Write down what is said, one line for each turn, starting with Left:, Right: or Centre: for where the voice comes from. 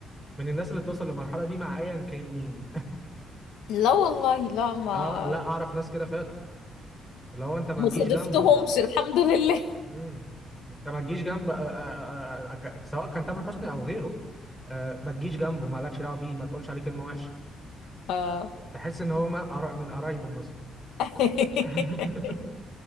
Centre: من الناس اللي بتوصل للمرحله دي مع ايا كان مين
Left: لا والله لا
Centre: <laughs>
Left: ما
Centre: اه لا اعرف ناس كده فعلا اللي هو انت ما
Left: ما
Centre: تجيش
Left: صادفتهمش
Centre: جنبه
Left: الحمد لله
Centre: مم. انت ما تجيش جنب آه، آه، آه، آه، ك- سواء كان تامر حسني او غيره آه، ما تجيش جنبه ما لكش دعوه بيه ما تقولش عليه كلمه وحشه
Left: آه.
Centre: تحس ان هو ما- قرا- من قرايبه مثلا
Left: <laughs>
Centre: <laughs>